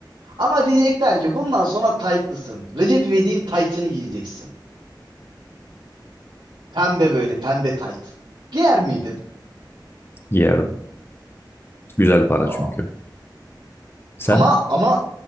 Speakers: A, on the right; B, on the left.
A: Ama diyecekler ki bundan sonra taytlısın. Recep İvedik'in taytını giyeceksin. Pembe böyle pembe tayt. Giyer miydin?
B: Giyerdim. Güzel para
A: Aa.
B: çünkü. Sen
A: Ama ama